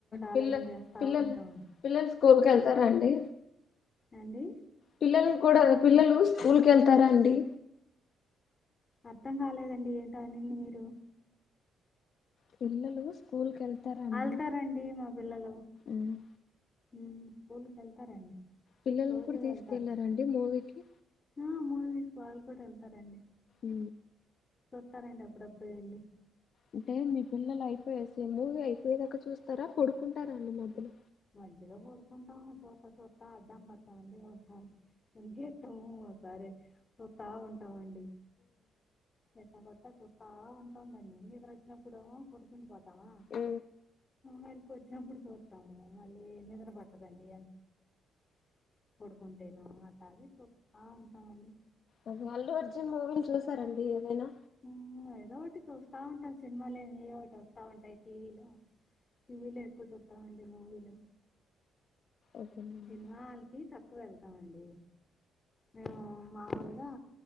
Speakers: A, on the left; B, on the left.
A: ఆలోచన
B: పిల్ల
A: చేస్తా
B: పిల్లలు
A: ఉంటాం
B: పిల్లలు స్కూల్కి వెళ్తారా అండి
A: అండి
B: పిల్లలను కూడా పిల్లలు స్కూల్కి వెళ్తారా అండి
A: అర్థం కాలేదండి ఏంటో అనింది మీరు
B: పిల్లలు స్కూల్ కి వెళ్తారా
A: వెళ్తారండి
B: అండి
A: మా పిల్లలు
B: మ్మ్
A: ఉ స్కూల్కి వెళ్తారండి
B: పిల్లలను
A: రోజు
B: కూడా తీసుకెళ్లారండి
A: వెళ్తార
B: మూవీకి
A: ఆ మూవీస్ వాళ్ళు కూడా వెళ్తారండి
B: ఉ
A: వస్తారండీ అప్పుడప్పుడు వెళ్ళి
B: అంటే మీ పిల్లలు అయిపోయేసి మూవీ అయిపోయేదాకా చూస్తారా పడుకుంటారా అండి మధ్యలో
A: మధ్యలో కూడుకుంటాము చుత్త చుత్త అడ్డం పడతామండి ఒకసారి <inaudible> ఒకసారి చుత్త ఉంటాం అండి ఎత్త కొట్ట చుత్త ఉంటామ్ దాన్ని నిద్ర వచ్చినప్పుడేమో కూర్చుని పోతాం
B: ఉ
A: మెలుకువ వచ్చినప్పుడు చూత్తము నిద్ర పట్టదండి <inaudible> పడుకుంటేను అట్టనీ చుత్త ఉంటామండి
B: అదే అల్లు అర్జున్ మూవీలు చూసారండి ఏమైనా
A: ఉమ్, ఏదో ఒకటి చూస్తా ఉంటాం సినిమాల ఏదో ఒకటి వస్తా ఉంటాయి టీవీలో టీవీ లో ఎక్కువ చుత్తం అండి మూవీలు
B: అదేనండి
A: సినిమా హాల్ కి తక్కువ వెళ్తాం మండి మేను మాముూలుగా